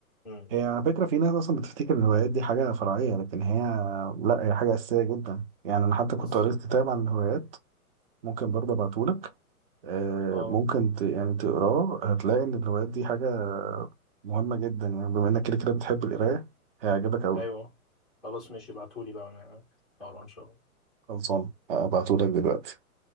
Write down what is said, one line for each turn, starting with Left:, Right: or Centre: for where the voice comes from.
Centre: مم،
Right: هي على فكرة في ناس أصلا بتفتكر إن الهوايات دي حاجة فرعية لكن هي لأ هي حاجة أساسية جدا يعني أنا حتى
Centre: بس
Right: كنت قريت كتاب عن الهوايات ممكن برضه أبعتهولك آه،
Centre: اه
Right: ممكن ت... يعني تقراه هتلاقي إن الهوايات دي حاجة مهمة جدا يعني بما إنك كده كده بتحب القراية هيعجبك أوي
Centre: ايوه خلاص ماشي ابعتولي بقى انا اقرا ان شاء الله
Right: خلصان هبعتهولك دلوقتي